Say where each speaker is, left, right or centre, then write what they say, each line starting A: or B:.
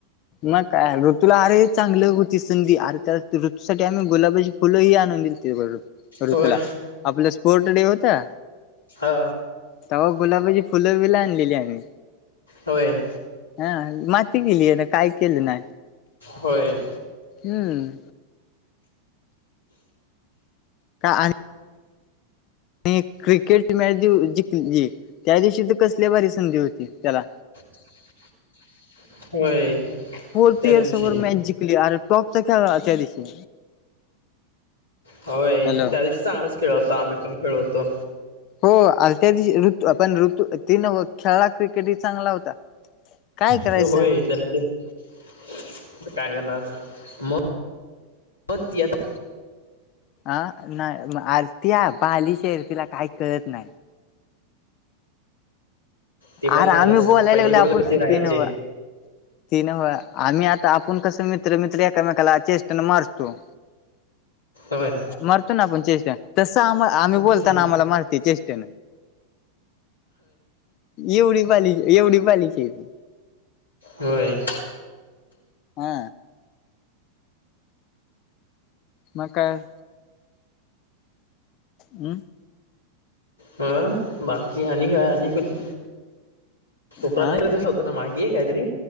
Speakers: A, on the left; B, on the left.
A: म काय ऋतूला अरे चांगले होती. संधी आरे त्या ऋतू साठी आम्ही गुलाबाची फुलंही आणून दिलती <unintelligible> ऋतूला
B: होय
A: आपल्या फोर्टडे होता
B: हा
A: तवा गुलाबाची फुलं बील आणलेली आम्ही
B: होय.
A: हा माती केली यानं काय केलं नाय.
B: होय.
A: हम्म. का आणि आणि क्रिकेट मॅच जिव जिंकली त्या दिवशी तर कसल्या भारी संधी होती त्याला
B: <inaudible> होय
A: फोर्थ
B: त्या
A: इयर्स
B: दिवशी
A: सोबत मॅच जिकली आर टॉप च खेळला त्या दिवशी.
B: होय.
A: हॅलो
B: त्या दिवशी चांगलाच खेळत होतो आम्ही पण खेळत होतो.
A: हो आर त्या दिवशी ऋतू आपण ऋतू ती नव्ह खेळला क्रिकेट ही चांगला होता. काय
B: ते
A: करायचं
B: होय त्यानं ते आता काय करणार मग. हो ती आता
A: अ नाय म आर ती हा बालीश हाय तीला काय कळत नाय.
B: ते पण
A: अरे
B: झालंचं
A: आम्ही बोलायला
B: पहिली
A: लागलो
B: बघल कशी
A: आपण
B: राहायची.
A: ती नव ती नव आम्ही आता आपुण कसं मित्र मित्र एकामेकाला चेष्टन मारतो.
B: होय
A: मरतो ना आपण चेष्ट तस आम आम्ही
B: होय
A: बोलताना आम्हाला मारते चेष्ट त्यांन एवढी बालिश एवढी बालिश हाय ती
B: होय.
A: हा. म काय. हम्
B: हो बाकी आणि काय आणि कोणं कोपरा
A: हा
B: नाय र होता ना मागे. की काय तरी